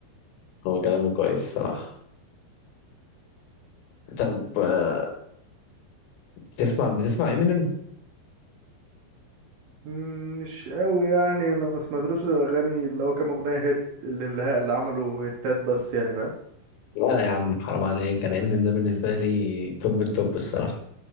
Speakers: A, on the left (about 75°); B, on the right (about 65°).
A: هو كلامه كويس صراحة طب آه، بتسمع بتسمع إمينيم؟
B: مم، مش قوي يعني انا ما سمعتلوش غير اغاني اللي هو كام اغنيه هيت اللي اللي اللي عملوا هيتات بس يعني فاهم
A: لا يا عم حرام عليك أنا إمينيم ده بالنسبة لي توب التوب الصراحة